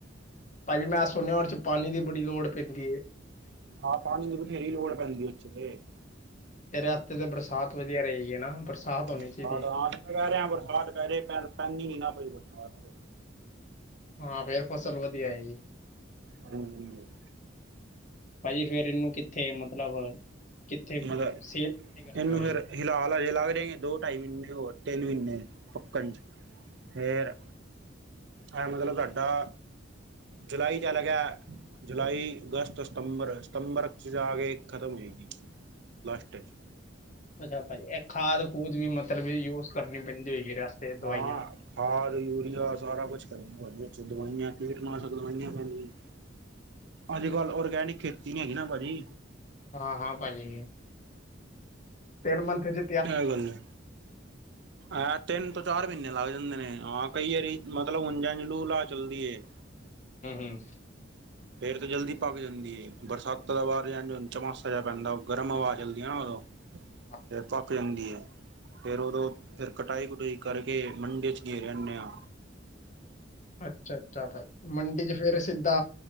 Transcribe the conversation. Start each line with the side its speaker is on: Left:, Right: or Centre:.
Left: ਭਾਜੀ ਮੈਂ ਸੁਣਿਆ, ਉਹਦੇ ਚ ਪਾਣੀ ਦੀ ਬੜੀ ਲੋੜ ਪੈਂਦੀ ਏ।
Right: ਹਾਂ ਪਾਣੀ ਦੀ ਬਥੇਰੀ ਲੋੜ ਪੈਂਦੀ ਹੈ, ਉਥੇ ਤੇ।
Left: ਰਸਤੇ ਤੇ ਬਰਸਾਤ ਵਧੀਆ ਰਹੇਗੀ ਨਾ, ਬਰਸਾਤ ਹੋਣੀ
Right: ਬਰਸਾਤ
Left: ਚਾਹੀਦੀ।
Right: ਹਾਂ ਅਸੀਂ ਕਹਿ ਰਿਹਾ ਬਰਸਾਤ ਪੇ ਜਾਵੇ, ਪਰ ਪੈਂਦੀ ਨਹੀ ਨਾ ਭਾਈ ਬਰਸਾਤ।
Left: ਹਾਂ ਫੇਰ ਫਸਲ ਵਧੀਆ ਆਏਗੀ।
Right: ਹਮ।
Left: ਭਾਜੀ ਫਿਰ ਇਹਨੂੰ ਕਿੱਥੇ ਮਤਲਬ, ਕਿੱਥੇ
Right: ਮਗਰ
Left: ਸੇਲ ਕਿੱਥੇ ਕਰਦੇ
Right: ਇਹਨੂੰ
Left: ਹੋ ਜੀ।
Right: ਫਿਰ ਫਿਲਹਾਲ ਹਜੇ ਲੱਗ ਜਾਏਗੇ, ਦੋ ਢਾਈ ਮਹੀਨੇ ਹੋਰ ਤਿੰਨ ਮਹੀਨੇ ਪੱਕਣ ਚ। ਫੇਰ, ਅ ਮਤਲਬ ਤੁਹਾਡਾ ਜੁਲਾਈ ਚੱਲ ਗਿਆ ਜੁਲਾਈ ਅਗਸਤ ਸਤੰਬਰ, ਸਤੰਬਰ ਚ ਜਾ ਕੇ ਖ਼ਤਮ ਹੋਏਗੀ। ਲਾਸਟ ਚ
Left: ਅੱਛਾ ਭਾਜੀ ਇਹ ਖਾਦ ਖੂਦ ਵੀ ਮਤਲਬ ਯੂਜ ਕਰਨੀ ਪੈਂਦੀ ਹੋਏਗੀ ਰਸਤੇ ਚ ਦਵਾਈਆਂ
Right: ਹਾਂ ਖਾਦ ਯੂਰੀਆ ਸਾਰਾ ਕੁਛ ਪੈਂਦਾ, ਵਿੱਚ ਦਵਾਈਆਂ ਕੀਟਨਾਸ਼ਕ ਦਵਾਈਆਂ ਪੈਂਦੀਆਂ
Left: <inaudible>
Right: ਅੱਜ ਕੱਲ੍ਹ ਔਰਗੈਨਿਕ ਖੇਤੀ ਨੀ ਹੈਗੀ ਨਾ ਭਾਜੀ
Left: ਹਾਂ-ਹਾਂ ਭਾਜੀ, ਤਿੰਨ ਮੰਥ ਚ
Right: ਆਹ ਗੱਲ ਏ
Left: <inaudible>
Right: ਏ ਤਿੰਨ ਤੋਂ ਚਾਰ ਮਹੀਨੇ ਲੱਗ ਜਾਂਦੇ ਨੇ, ਆ ਕਈ ਵਾਰੀ ਮਤਲਬ ਉੰਜਾ ਇੰਜ ਲੂ ਲਾ ਚੱਲਦੀ ਏ।
Left: ਹਮ-ਹਮ
Right: ਫੇਰ ਤਾਂ ਜਲਦੀ ਪੱਕ ਜਾਂਦੀ ਏ, ਬਰਸਾਤਾਂ ਦਾ ਵਾਰ ਚਮਾਸਾ ਜਿਹਾ ਪੈਂਦਾ ਗਰਮ ਹਵਾ ਚੱਲਦੀ ਹੈ ਨਾ ਉਦੋਂ।
Left: <inaudible>
Right: ਫੇਰ ਪੱਕ ਜਾਂਦੀ ਹੈ, ਫੇਰ ਉਦੋਂ ਫਿਰ ਕਟਾਈ ਕਟੂਈ ਕਰਕੇ, ਮੰਡੀ 'ਚ ਗੇਰ ਆਨੇ ਆ।
Left: ਅੱਛਾ-ਅੱਛਾ ਭਾਈ, ਮੰਡੀ ਚ ਫਿਰ ਸਿੱਧਾ